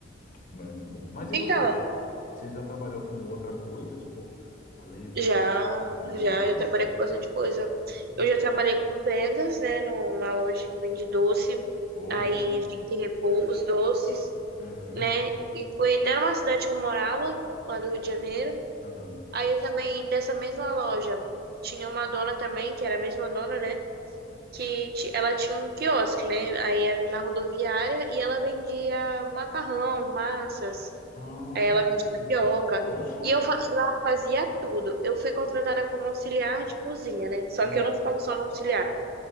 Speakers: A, on the left; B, on the right.
A: Não é muito bom. Mas e
B: Então,
A: você? Você já trabalhou com outra coisa, tipo, além de,
B: já,
A: de babysitter?
B: já, eu trabalhei com bastante coisa.
A: Hum.
B: Eu já trabalhei com vendas, né, numa loja que vende doce,
A: Ô,
B: aí
A: coisa boa.
B: tinha que repor os doces,
A: Aham,
B: né, e foi até numa cidade que eu morava, lá do Rio de Janeiro.
A: aham.
B: Aí eu também, dessa mesma loja, tinha uma dona também, que era a mesma dona, né, que ti- ela tinha um quiosque, né? Aí era na rodoviária e ela vendia macarrão, massas,
A: Ah,
B: aí ela vendia
A: hum.
B: tapioca.
A: poxa.
B: E eu fa- lá fazia tudo. Eu fui contratada como auxiliar de cozinha, né? Só
A: Hum.
B: que eu não ficava só no auxiliar.